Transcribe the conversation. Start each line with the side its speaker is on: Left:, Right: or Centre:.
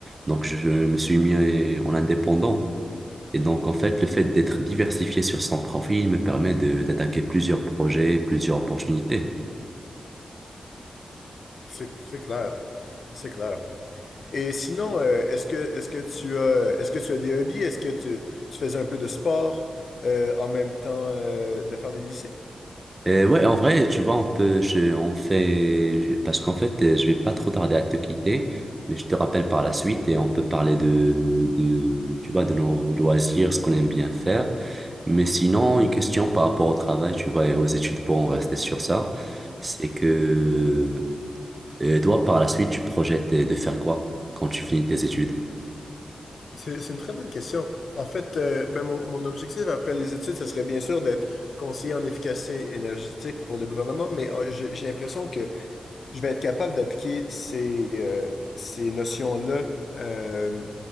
Right: Donc, je me suis mis en indépendant. Et donc, en fait, le fait d'être diversifié sur son profil me permet de d'attaquer plusieurs projets, plusieurs opportunités.
Left: C'est c'est clair. C'est clair. Et sinon, euh, est-ce que est-ce que tu as est-ce que tu as des hobbies? Est-ce que tu, tu faisais un peu de sport euh, en même temps euh, de faire les lycées?
Right: Et ouais, en vrai, tu vois, on peut, je, on fait, je- parce qu'en fait, euh, je vais pas trop tarder à te quitter, mais je te rappelle par la suite et on peut parler de, de, tu vois, de nos loisirs, ce qu'on aime bien faire. Mais sinon, une question par rapport au travail, tu vois, et aux études pour en rester sur ça, c'est que, euh, toi, par la suite, tu projettes de faire quoi quand tu finis tes études?
Left: C'est c'est une très bonne question. En fait, euh, ben, mon, mon objectif après les études, ce serait bien sûr d'être conseiller en efficacité énergétique pour le gouvernement, mais euh, j'ai j'ai l'impression que je vais être capable d'appliquer ces, euh, ces notions-là euh,